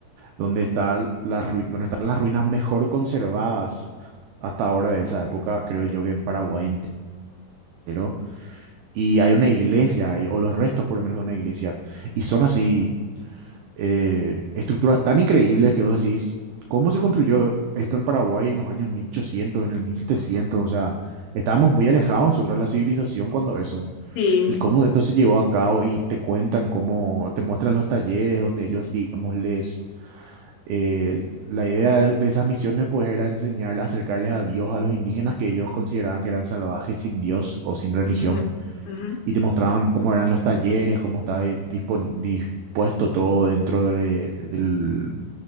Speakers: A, on the right; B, on the left.
A: donde está las rui- donde están las ruinas mejor conservadas hasta ahora de esa época, creo yo que en Paraguay entero. y hay una iglesia, ahí, o los restos por lo menos de una iglesia, y son así eh, estructuras tan increíbles que vos decís, ¿cómo se construyó esto en Paraguay en los años mil ochocientos en el mil setecientos O sea, estábamos muy alejados nosotros de la civilización cuando eso,
B: sí,
A: y cómo esto se llevó a cabo, y te cuentan cómo, te muestran los talleres donde ellos, digamos, les... eh, la idea de de esas misiones pues era enseñar, acercarles a Dios a los indígenas que ellos consideraban que eran salvajes sin Dios o sin religión
B: ujú, ujú,
A: y te mostraban cómo eran los talleres, cómo estaba di- dispon- dispuesto todo dentro de, del,